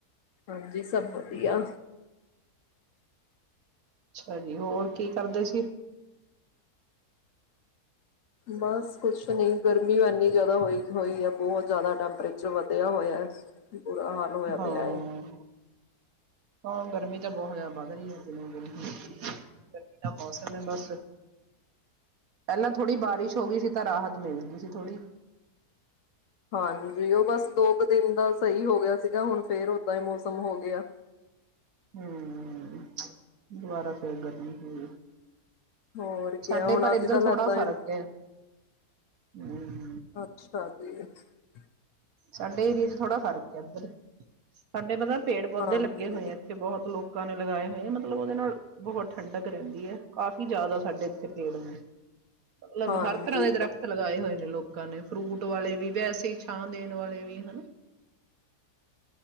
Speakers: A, on the left; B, on the right.
A: ਹਾਂਜੀ, ਸਭ ਵਧੀਆ।
B: ਅੱਛਾ ਜੀ, ਹੋਰ ਕੀ ਕਰਦੇ ਸੀ।
A: ਬਸ ਕੁਛ ਨਹੀਂ ਗਰਮੀ ਓ ਇਨੀ ਜਿਆਦਾ ਹੋਈ ਹੋਈ ਹੈ ਬਹੁਤ ਜਿਆਦਾ ਟੈਂਪਰੇਚਰ ਵਧਿਆ ਹੋਇਆ ਹੈ। ਬੁਰਾ ਹਾਲ ਹੋਇਆ
B: ਹਾਂ
A: ਪਿਆ
B: ਹਾਂ ਗਰਮੀ ਤਾਂ ਬਹੁਤ ਜਿਆਦਾ ਵੱਧ ਰਹੀ ਹੈ ਦਿਨੋ ਦਿਨ ਗਰਮੀ ਦਾ ਮੌਸਮ ਹੈ, ਬਸ ਪਹਿਲਾਂ ਥੋੜੀ ਬਾਰਿਸ਼ ਹੋ ਗਈ ਸੀ ਤਾਂ ਰਾਹਤ ਮਿਲ ਗਈ ਸੀ ਥੋੜ੍ਹੀ
A: ਹਾਂਜੀ ਉਹ ਬਸ ਦੋ ਕੁ ਦਿਨ ਦਾ ਸਹੀ ਹੋ ਗਿਆ ਸੀ ਗਾ, ਹੁਣ ਫੇਰ ਓਦਾਂ ਹੀ ਮੌਸਮ ਹੋ ਗਿਆ।
B: ਹੂੰ ਦੁਬਾਰਾ ਫੇਰ ਗਰਮੀ ਹੋ ਗਈ।
A: ਹੋਰ ਕਿਆ
B: ਸਾਡੇ
A: ਹੁਣ
B: ਪਰ
A: ਅੱਜ
B: ਇੱਧਰ
A: ਕੱਲ
B: ਥੋੜ੍ਹਾ
A: ਏਦਾਂ
B: ਫ਼ਰਕ
A: ਹੀ
B: ਹੈ। ਹੂੰ,
A: ਅੱਛਾ, ਤੀਰਥ <inaudible>
B: ਸਾਡੇ ਏਰੀਏ ਚ ਥੋੜ੍ਹਾ ਫ਼ਰਕ ਹੈ ਉੱਧਰ ਸਾਡੇ ਪਤਾ ਪੇੜ ਪੌਦੇ
A: ਹਾਂਜੀ
B: ਲੱਗੇ ਹੋਏ ਆ ਇੱਥੇ ਬਹੁਤ ਲੋਕ ਾਂ ਨੇ ਲਗਾਏ ਹੋਏ ਮਤਲਬ ਉਹਦੇ ਨਾਲ ਬਹੁਤ ਠੰਡਕ ਰਹਿੰਦੀ ਹੈ ਕਾਫ਼ੀ ਜ਼ਿਆਦਾ ਸਾਡੇ ਇੱਥੇ ਪੇੜ ਨੂੰ ਮਤਲਬ
A: ਹਾਂਜੀ
B: ਹਰ ਤਰ੍ਹਾਂ ਦੇ ਦਰਖਤ ਲਗਾਏ ਹੋਏ ਨੇ ਲੋਕਾਂ ਨੇ ਫਰੂਟ ਵਾਲੇ ਵੀ ਵੈਸੇ ਹੀ ਛਾਂ ਦੇਣ ਵਾਲੇ ਵੀ ਹਾ